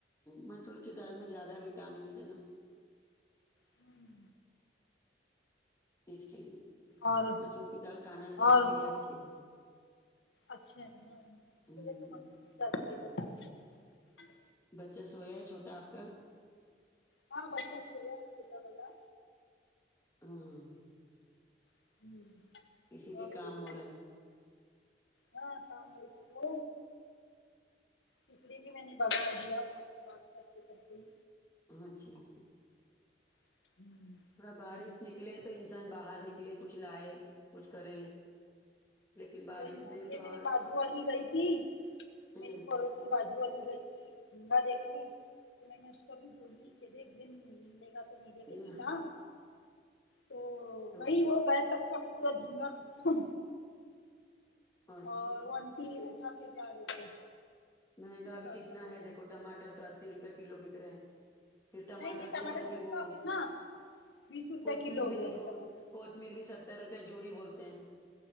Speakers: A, on the left; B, on the left.
A: مسور کی دال میں زیادہ وٹامنس ہے نا
B: ہوں
A: اس کے لیے
B: اور
A: مسور کی دال کھانا صحت
B: اور
A: کے لیے اچھی ہے
B: اچھے ہا ہا اس
A: ہوں
B: لیے تو مصور کی دال کا ہی بناتی ہم
A: بچہ سویا ہے چھوٹا آپ کا
B: ہاں بچہ سویا ہے چھوٹا والا
A: آ ہاں ہاں
B: ہوں
A: اسی لیے
B: اور
A: کام
B: بولو
A: ہو رہا ہے
B: ہاں کام ہو تو ہو اس لیے بھی میں نے بگار دیا آپ بات کرتے کرتے ہی
A: ہاں اچھا اچھا
B: ہوں
A: تھوڑا بارش نکلے تو انسان باہر نکلے کچھ لائے کچھ کرے لیکن بارش
B: کوئی ن
A: نے تو اور
B: میرے بجو والی گئی تھی
A: ہوں
B: میری پڑوسی بجو والی گئی تھی جگا دیکھنے تو میں نے اس کو بھی بولی کہ دیکھ بہن ملے گا تو میرے لیے
A: یہ
B: بھی لا تو
A: تو
B: گئی وہ گایہ تب تک کا پورا جنگا ختم
A: اچھا
B: اور وہ اننٹی اٹھا کے جا رہے تھے
A: مہنگا اب
B: کٹورا
A: کتنا ہے دیکھو ٹماٹر تو اسی روپئے کلو بک رہے ہے پھر ٹماٹر
B: نہیں نہیں
A: چھوڑو پھر
B: سستا
A: وہ
B: ہو گیا نا بیس روپے
A: کوتمیر
B: کلو ہو
A: بھی
B: گیا
A: دیکو
B: ابھی ٹماٹر
A: کوتمیر بھی ستر روپئے جوڑی بولتے ہیں